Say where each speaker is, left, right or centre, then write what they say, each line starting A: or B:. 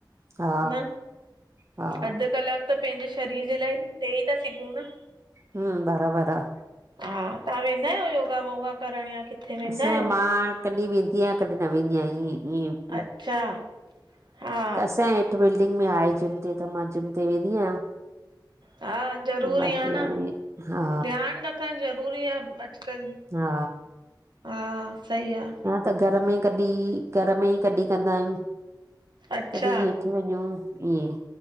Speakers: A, on the right (about 35°); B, on the right (about 70°).
A: हा
B: न,
A: हा
B: अधु कलाकु त पंहिंजे शरीर जे लाइ ॾेई ता सघूं न,
A: हम्म बराबर आ।
B: हा तव्हां वेंदा आहियो योगा वोगा करण, या किथे वेंदा
A: असांजे
B: आहियो?
A: मां कॾहिं वेंदी आहियां कॾहिं न वेंदी आहियां, ईअं -ईअं,
B: अच्छा। हा
A: कसांजे हेठि बिल्डिंग में आहे, जिम ते त मां जिम ते वेंदी आहियां।
B: हा, ज़रूरी
A: बाक़ी
B: आ न
A: हाणे हा
B: ध्यानु रखणु ज़रूरी आ अॼुकल्ह,
A: हा।
B: हा सही आहे
A: त घर में कॾहिं घर में ई कॾहिं कंदा आहियूं,
B: अच्छा
A: कॾहिं हेठ वञूं इएंं,